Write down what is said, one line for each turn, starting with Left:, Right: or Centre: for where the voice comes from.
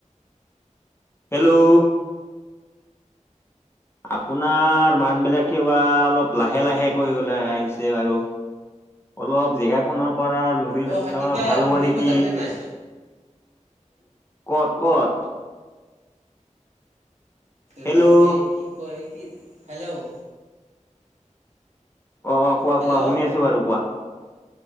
Left: হেল্ল' আপোনাৰ মাত বিলাক ক বাা অলপ লাহে লাহে কৰিৈ ওলাই আহিছে বাৰু অলপ জেগা খনৰ পৰা লৰি
Right: অ হা, কিবা
Left: ভাল
Right: ফুৰিব
Left: হ'ব নেকি
Right: যাওঁনে নাই
Left: কত কত
Right: তেৰ
Left: হেল্ল'।
Right: এক ই এক একক কি হেল্ল'
Left: অ অ কোৱা
Right: হেল্ল'
Left: কোৱা শুনি আছো বাৰু কোৱা